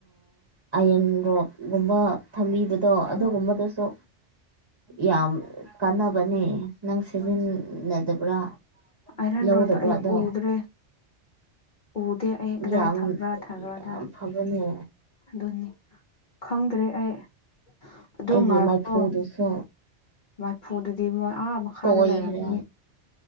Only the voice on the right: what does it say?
ꯑꯥꯏꯔꯟ ꯔꯣꯠꯒꯨꯝꯕ ꯊꯝꯕꯤꯕꯗꯣ ꯑꯗꯨꯒꯨꯝꯕꯗꯁꯨ ꯌꯥꯝ ꯀꯥꯟꯅꯕꯅꯦ ꯅꯪ ꯁꯤꯖꯤꯟꯅꯗꯕ꯭ꯔꯥ
ꯂꯧꯗꯕ꯭ꯔꯥ
ꯑꯗꯣ
ꯌꯥꯝ
ꯌꯥꯝ ꯐꯥꯕꯅꯦ
ꯑꯩꯒꯤ
ꯃꯩꯐꯨꯗꯨꯁꯨ
ꯇꯣꯏꯈ꯭ꯔꯦ